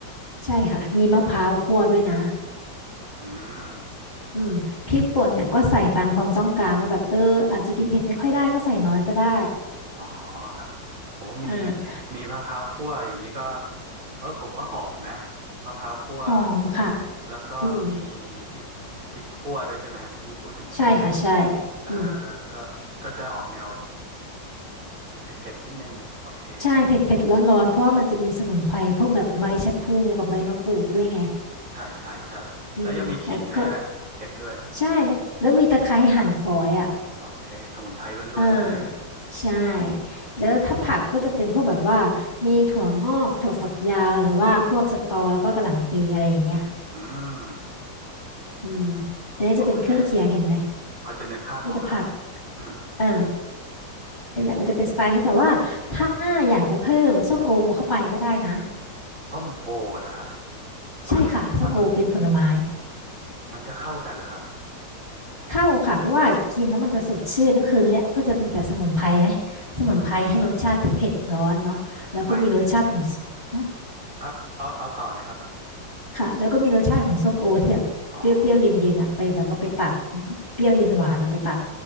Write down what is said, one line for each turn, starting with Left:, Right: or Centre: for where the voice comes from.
Left: ใช่ค่ะมีมะพร้าวคั่วด้วยนะ
Right: อืม
Left: อืมพริกป่นเนี่ยก็ใส่ตามความต้องการว่าแบบเอออาจจะกินเผ็ดไม่ค่อยได้ก็ใส่น้อยก็ได้
Right: อ๋อครับโหมี
Left: อ่า
Right: มีมะพร้าวคั่วอย่างนี้ก็เออผมว่าหอมนะมะพร้าวคั่ว
Left: หอมค่ะ
Right: แล้วก็มี
Left: อืม
Right: พริกพริกคั่วด้วยใช่ไหมฮะที่พูดถึงเมื่อกี้
Left: ใช่ค่ะ ใช่
Right: เออ
Left: อืม
Right: ก็ก็จะออกแนวเผ็ดๆนิดนึง โอเค
Left: ใช่เผ็ดเผ็ดร้อนร้อนๆเพราะว่ามันจะมีสมุนไพรพวกแบบใบชะพลูกับใบมะกรูดด้วยไง
Right: ใช่ใช่ใช่แล้วยังมีขิงด้วยไหมเผ็ดด้วย
Left: อืมแล้วก็ใช่
Right: โอเค
Left: แล้วมีตะไคร้หั่นฝอยอ่ะ
Right: โอเคสมุนไพรล้วนๆเลย
Left: อ่าใช่ แล้วถ้าผักก็จะเป็นพวกแบบว่ามีถั่วงอกถั่วฝักยาว หรือว่าพวกสตอแล้วก็กะหล่ำปีอะไรอย่างเงี้ย
Right: อืม
Left: อืมอันนี้จะเป็นเครื่องเคียงเห็นไหม
Right: โอเคพอจะนึกภาพออกครับ
Left: มีแต่ผัก
Right: อืม
Left: อ่าเนี่ยมันจะเป็นสไตล์นี้แต่ว่าถ้าอยากจะเพิ่มส้มโอเข้าไปก็ได้นะ
Right: ส้มโอเหรอครับเอ้ยมัน
Left: ใช่ค่ะส้มโอเป็นผลไม้
Right: มันจะเข้ากันเหรอครับ
Left: เข้าค่ะเพราะว่ากินแล้วมันจะสดชื่นก็คือเนี่ยก็จะมีแต่สมุนไพรนะสมุนไพรให้รสชาติที่เผ็ดร้อนเนาะแล้วก็มีรสชาติของสหึ
Right: อืมหมายครับเอาเอาต่อเลยครับ
Left: ค่ะแล้วก็มีรสชาติของส้มโอที่แบบเปรี้ยวๆเย็นๆอ่ะไปแบบว่าไปตัด
Right: อ๋อ
Left: เปรี้ยวเย็นหวานอ่ะไปตัด